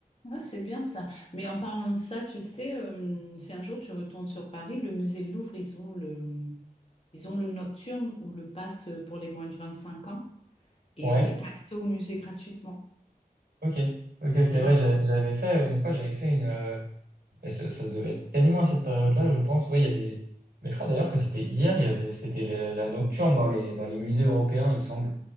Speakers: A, on the left; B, on the right.
A: Ah, c'est bien ça. Mais en parlant de ça, tu sais, euh, si un jour tu retournes sur Paris, le musée de Louvre, ils ont le, ils ont le nocturne ou le pass pour les moins de 25 ans et
B: Ouais.
A: euh, et t'as accès au musée gratuitement.
B: Ok. Ok, ok,
A: Et
B: ouais, j'a-
A: euh,
B: j'avais fait une fois, j'avais fait une, euh, Et ça, ça devait être quasiment à cette période-là, je pense. Ouais, il y a des. Mais je crois d'ailleurs que c'était hier, il y avait, c'était le- la nocturne dans les, dans les musées européens, il me semble.